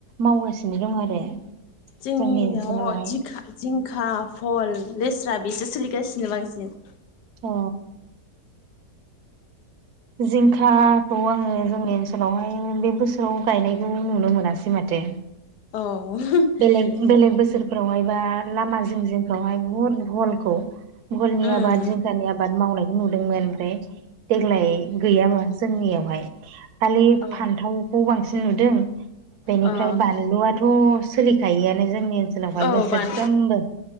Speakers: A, on the right; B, on the left.
A: मावगासिनो दं आरो।
B: जोंनियाव
A: जोंनि ओनसोलावहाय
B: जि जिंखा फल लेस्रा बेसो सोलिगासिनो बांसिन।
A: अ जिंखाखौ आङो जोंनि ओनसोलावहाय बे बोसोराव गायनायखौ नुनो मोनासै माथो।
B: औ।
A: बेलेग बेलेग बोसोरफ्रावहाय बा लामा जिं जिंफ्रावहाय बुहुद भहलखौ बहलनि
B: उम
A: आबाद जिंखानि आबाद मावनायखौ नुदोंमोन ओमफ्राय देग्लाय गैया माथो जोंनियावहाय खालि
B: औ
A: फान्थावखौ बांसिन नुदों बेनिफ्राय
B: औ
A: बानलुयाथ' सोलिखायोयानो जोंनि ओनसोलावहाय
B: औ
A: बोसोरफ्रोमबो।
B: बान